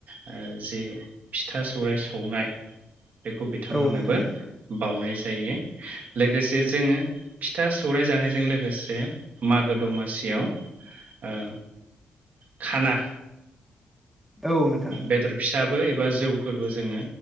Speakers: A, on the right; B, in the centre.
A: जे फिथा सौराय सौनाय बेखौ बिथांमोननोबो
B: औ नोंथां
A: बावनाय जायो लोगोसे जोङो फिथा सौराय जानायजों लोगोसे मागो दमासियाव ओ खाना
B: औ नोंथां
A: बेदर फिसाबो एबा जौफोरबो जोङो